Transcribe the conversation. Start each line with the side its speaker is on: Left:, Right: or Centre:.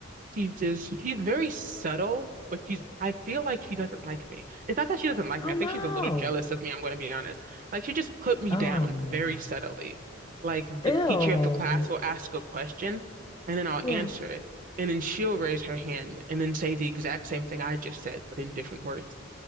Right: She's just, she's very subtle, but she's, I feel like she doesn't like me. It's not that she doesn't like
Left: Oh
Right: me. I
Left: no.
Right: think she's a little jealous of me, I'm going to be honest. Like, she just put me
Left: Oh
Right: down
Left: no.
Right: very subtly. Like, the
Left: Ew.
Right: teacher of the class will ask a question, and then I'll
Left: Yeah.
Right: answer it. And then she'll raise her hand and then say the exact same thing I just said, but in different words.